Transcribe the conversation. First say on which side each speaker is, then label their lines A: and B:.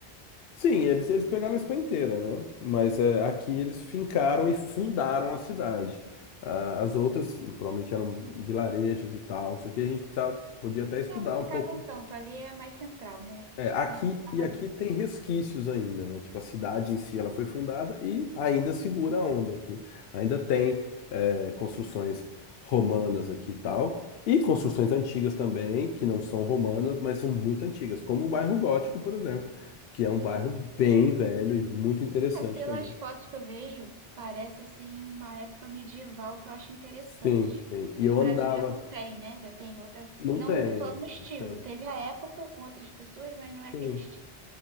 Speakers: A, on the left (about 70°); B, on the right (about 45°).
A: Sim, eles, eles pegaram a Espanha inteira, né? Mas é, aqui eles fincaram e fundaram a cidade. Ah, as outras provavelmente eram vilarejos e tal, não sei o que. A gente precisava, podia até estudar
B: É, não ficavam
A: um pouco
B: tanto, ali é mais central, né?
A: É,
B: Eles
A: aqui
B: Se concentravam
A: e aqui
B: ali.
A: tem resquícios ainda, né? Tipo, a cidade em si ela foi fundada e ainda segura a onda aqui. Ainda tem é, construções romanas aqui e tal. E construções antigas também, que não são romanas, mas são muito antigas, como o bairro Gótico, por exemplo, que é um bairro bem velho e muito interessante
B: É, pelas
A: também.
B: fotos que eu vejo, parece assim uma época medieval que eu acho interessante.
A: Sim, tem. E
B: Que no
A: eu
B: Brasil
A: andava.
B: já não tem, né? Já tem outra.
A: Não
B: Não,
A: tem,
B: eu tô falando o estilo.
A: não tem.
B: Teve a época com outras pessoas, mas não é
A: Sim.
B: aquele estilo.